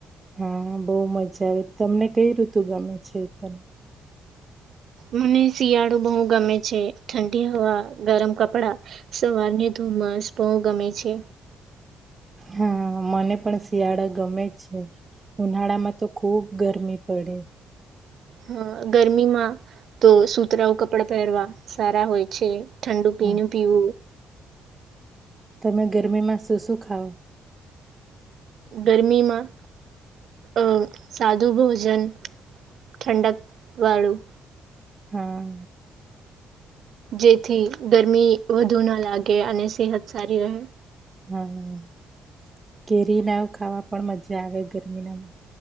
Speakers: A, on the right; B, on the right.
A: હા બહુ મજા આવે તમને કઈ ઋતુ ગમે છે તને
B: મને શિયાળો બહુ ગમે છે ઠંડી હવા ગરમ કપડા સવારને ધુમ્મસ બહુ ગમે છે
A: હા મને પણ શિયાળા ગમે છે ઉનાળામાં તો ખુબ ગરમી પડે
B: હા ગરમીમાં તો સુતરાઓું કપડા પહેરવા સારા હોય છે ઠંડુ
A: હા
B: પીણી પીવું
A: તમે ગરમીમાં શું શું ખાઓ
B: ગરમીમાં અમ સાદું ભોજન ઠંડક વાળું
A: હા
B: જેથી ગરમી વધુ ના લાગે અને સેહત સારી રહે
A: હા કેરી ના ખાવા પણ મજા આવે ગરમી ના